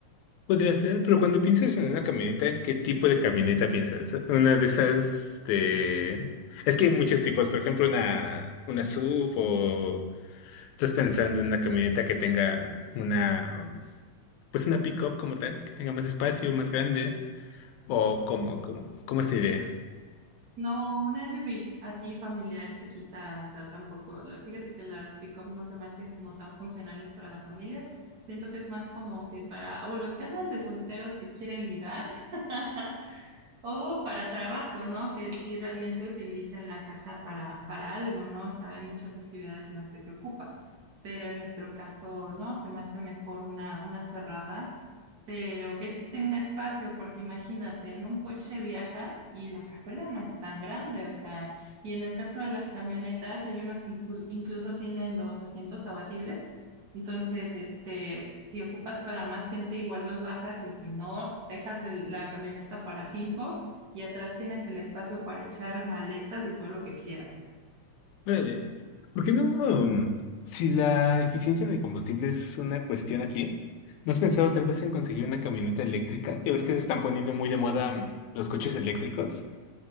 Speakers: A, on the left; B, on the right.
A: Podría ser, pero cuando piensas en una camioneta, ¿en qué tipo de camioneta piensas? Una de esas de... Es que hay muchos tipos, por ejemplo, una, una SUV o estás pensando en una camioneta que tenga una, pues una pick-up como tal, que tenga más espacio, más grande, o como, como, como esta idea.
B: No, una SUV así familiar, chiquita, o sea, tampoco, la- fíjate que las pick up no se me hacen como tan funcionales para la familia. Siento que es más como que para, o los que andan de solteros que quieren ligar. <laughs> O para trabajo, ¿no? Que si realmente utilicen la caja para, para algo, ¿no? O sea, hay muchas actividades en las que se ocupa, pero en nuestro caso, no, se me hace mejor una, una cerrada, pero que sí tenga espacio, porque imagínate, en un coche viajas y la cajuela no es tan grande, o sea, y en el caso de las camionetas, hay unos que inclu- incluso tienen los asientos abatibles. Entonces, este, si ocupas para más gente, igual los bajas y si no, dejas el- la camioneta para cinco y atrás tienes el espacio para echar maletas y todo lo que quieras.
A: Órale. ¿Por qué no? um, si la eficiencia de combustible es una cuestión aquí, ¿no has pensado tal vez en conseguir una camioneta eléctrica? Ya ves que se están poniendo muy de moda mm, los coches eléctricos.